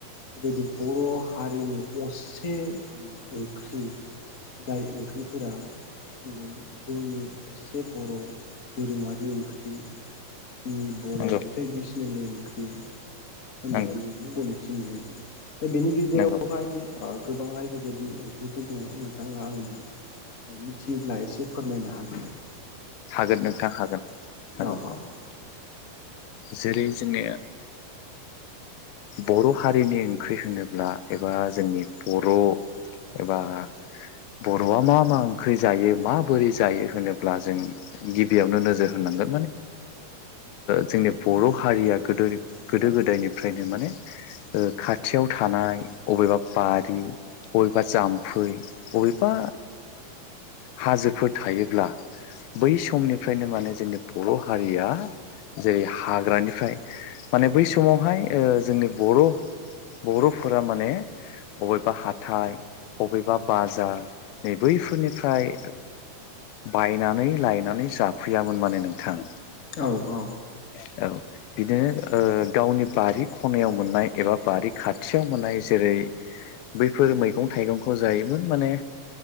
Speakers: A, on the left; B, on the left.
A: बेबायदि बर हारिनि असे माने ओंख्रि दाय ओंख्रिफोरा होनदों जोंनि सासे बर दोरोङारि ओंख्रि जोंनि बर
B: नंगौ
A: ट्रेडिसनेल ओंख्रि होननानै
B: नंगौ
A: जों बुंखनाय मोननाय जायो दा बेनि गेजेरावहाय
B: नंगौ
A: गोबांहाय बेबायदि ओंख्रिफोर दङ नोंथाङा आंनो मिथियोब्ला एसे फोरमायनो हागोन आरो
B: हागोन नोंथाङा हागोन
A: नामा?
B: हागोन
A: औ
B: जेरै जोंओ बर हारिनि ओंख्रि होनोब्ला एबा जोंनि बर एबा बरआ मा मा ओंख्रि जायो माबोरै जायो होनोब्ला जों गिबियावनो नोजोर होनांगौ जोंनि बर हारिया गोद गोदायनिफ्राय बि माने खाथियाव थानाय अबेबा बारि बबेबा जाम्फै बबेबा हाजोफोर थायोब्ला बै समनिफ्रायनो माने जोंनि बर हारिया जेरै हाग्रानिफ्राय माने बै समावहाय जोंनि बर बर'फोरा माने बबेबा हाथाय बबेबा बाजार नै बैफोरनिफ्राय बायनानै लायनानै जाफैयामोन माने नोंथाङा
A: औ औ
B: औ बिदिनो गावनि बारि खनायाव मोननाय एबा बारि खाथियाव मोननाय जेरै बैफोर मैगं थाइगंखौ जायोमोन माने